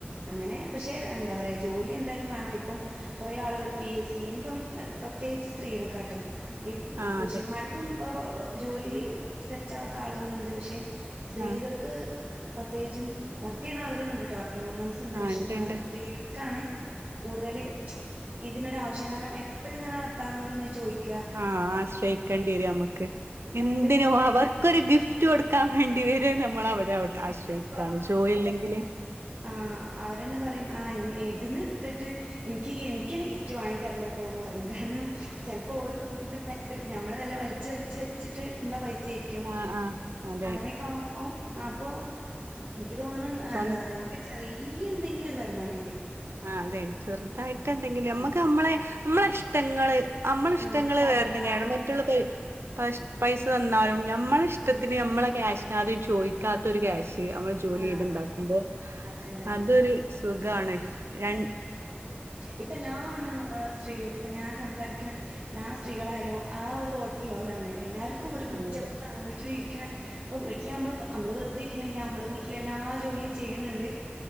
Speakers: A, on the right; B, on the right.
A: അങ്ങനെ പക്ഷെ എന്താ പറയാ ജോലി എന്തായാലും വേണ ഇപ്പം കുറെ ആളുകള് പി എസ് സി ഇനിയിപ്പം പ്രത്യേകിച്ച് സ്ത്രീകൾക്ക് കേട്ടോ ഈ
B: ആ
A: പുരുഷന്മാർക്കും
B: അതെ
A: ജോലി സെറ്റാവാത്ത ആളുകളൾ ഉണ്ട് പക്ഷെ സ്ത്രീകൾക്ക്
B: ആ
A: പ്രത്യേകിച്ചും വർക്ക് ചെയ്യണ ആളുകൾ ഉണ്ട്ട്ടോ വർക്കിംഗ് വുമൻസ് ണ്ട്
B: ആ
A: പക്ഷെ
B: ഉണ്ട്
A: എന്നും
B: ഉണ്ട്
A: സ്ത്രീകൾക്കാണ് കൂടുതൽ ഇതിനൊരാവശ കാരണം എപ്പോഴും ഇങ്ങനെ ഭർത്താനോട് ഇങ്ങെ ചോദിക്കുക
B: ആ ആശ്രയിക്കേണ്ടി വരും നമ്മുക്ക്
A: ഭയങ്കര
B: എന്തിനോ അവർ ൊ ഒരു ഗിഫ്റ്റ് കൊടുക്കാൻ വേണ്ടി വരെ നമ്മൾവിടെ
A: ബുദ്ധിമുട്ടായിരിക്കും
B: ആശ്രയിക്കുകയാണ് ജോലി ഇല്ലെങ്കിൽ
A: ആ അവരെന്നെ പറയും ആ ഇതിന്ന് എടുത്തിട്ട് എനിക്ക് എനിക്കിനെ ഗിഫ്റ്റ് വാങ്ങി തരല്ല കേട്ടോ എന്ന് പറയും കാരണം ചിലപ്പോ ഓ പോയിട്ടും <unintelligible> നമ്മള് വല്ല വലിച്ച് വലിച്ച് വെച്ചിട്ട് ഉള്ള പൈസ ആരിക്കും ക്കും
B: ആ ആ അതെ
A: അങ്ങനെയൊക്കെ ആവുമ്പോ അപ്പൊ എനിക്ക് തോന്ന്ണ്
B: സ്വന്തം
A: എന്താ പറയാ നമുക്ക് ചെറിയ എന്തെങ്കിലും ഒരു വരുമാനം മതി
B: ആ അതെ ചെറുതായിട്ട്
A: ആഹ്
B: എന്തെങ്കിലും നമ്മക്ക് നമ്മളെ നമ്മളെ ഇഷ്ടങ്ങള് നമ്മളിഷ്ടങ്ങ
A: ആഹ് സാധിക്ക
B: വേറെ തന്നെയാണ്
A: ആഗ്രഹങ്ങൾ
B: മറ്റുള്ള പ പൈസ തന്നാലും നമ്മള ഇഷ്ടത്തിന്
A: ആഹ്
B: നമ്മളെ ക്യാഷിന ആദ്യം ചോദിക്കാത്ത ഒരു ക്യാഷ് നമ്മള് ജോലി
A: ആഹ്
B: ചെയ്തുണ്ടാക്കുമ്പോ
A: അതെ അതെ
B: അതൊരു സുഖാണ് രൺ
A: ഇപ്പ എല്ലാ പെണ് സ്ത്രീകൾക്കും ഇപ്പൊ ഞാൻ സംസാരിക്കണ എല്ലാ ആ സ്ത്രീകളായാലും ആ ഒരു തോട്ട് ള്ളലാണ് എല്ലാവർക്കും ഒരു കുറ്റബോധാണ്
B: ആഹ് അതെ
A: വീട്ടിൽ ഇപ്പ വീട്ടില് നമ്മള് നമ്മള് വെറുതെ ഇരിക്കണില്ല നമ്മള് വീട്ടിലെ എല്ലാ ജോലിയും ചെയ്യണണ്ട്